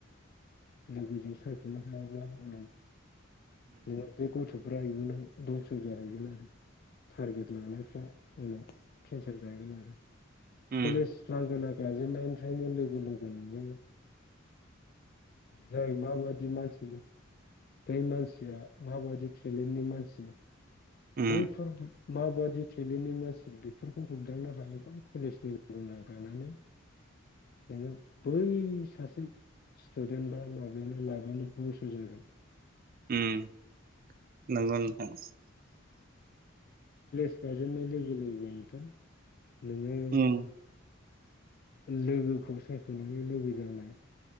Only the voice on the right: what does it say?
उम
उम
उम नंगौ नोंथां
उम